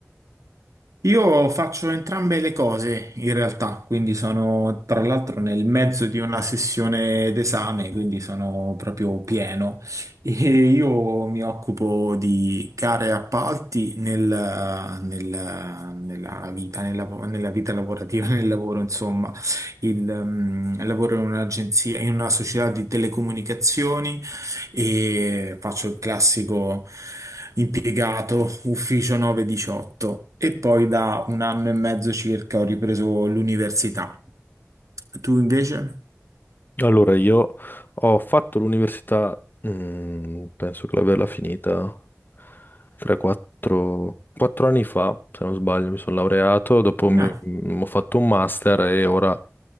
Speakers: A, on the right; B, on the left.
A: Io faccio entrambe le cose in realtà, quindi sono tra l'altro nel mezzo di una sessione d'esame, quindi sono proprio pieno e io mi occupo di gare e appalti nel- nel- nella vita, nella, nella vita lavorativa, <laughs> nel lavoro, insomma. Il, ehm, lavoro in un'agenzia, in una società di telecomunicazioni e faccio il classico impiegato ufficio 9-18 e poi da un anno e mezzo circa ho ripreso l'università. Tu invece?
B: Allora, io ho fatto l'università, mm, penso che l'averla finita 3-4 anni fa, se non sbaglio, mi sono laureato, dopo
A: No,
B: mi- mm, ho fatto un master e ora